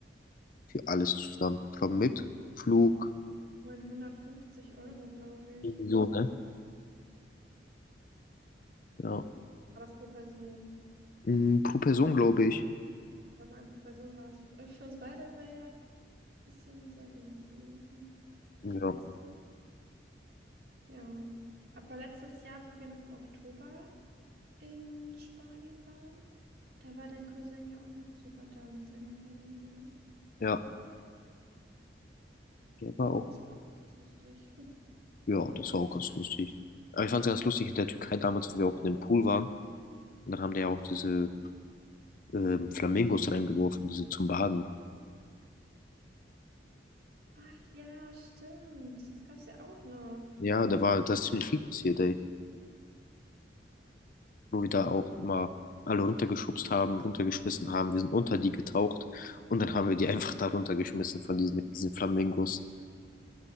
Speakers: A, on the left; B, on the right.
A: Für alles zusammen. Ich glaube, mit Flug,
B: neunhundertfünfzig Euro, glaube
A: irgendwie
B: ich, für
A: So,
B: uns
A: ne?
B: beide
A: ja.
B: war das pro Person.
A: Mm, pro Person, glaube ich.
B: Also ein pro Person war das, äh, für uns beide wäre ja ein bisschen sehr wenig gewesen. Ach,
A: Ja.
B: ich weiß es nicht. Ja. Aber letztes Jahr, wo wir noch im Oktober in Spanien waren, da war dein Cousin ja auch noch sogar da mit seiner Familie, ne?
A: Ja. Der war
B: Hm,
A: auch,
B: Das war auch ganz lustig. <laughs>
A: ja, das war auch ganz lustig. Aber ich fand es ganz lustig in der Türkei damals, wo wir auch in dem Pool waren. Und dann haben die ja auch diese ähm, Flamingos reingeworfen, diese zum Baden.
B: Ach ja, stimmt. Das gab's ja auch noch.
A: Ja, da war das ziemlich viel passiert, ey. Wo wir da auch immer alle runtergeschubst haben, runtergeschmissen haben. Wir sind unter die getaucht und dann haben wir die einfach da runtergeschmissen von diesen, mit diesen Flamingos.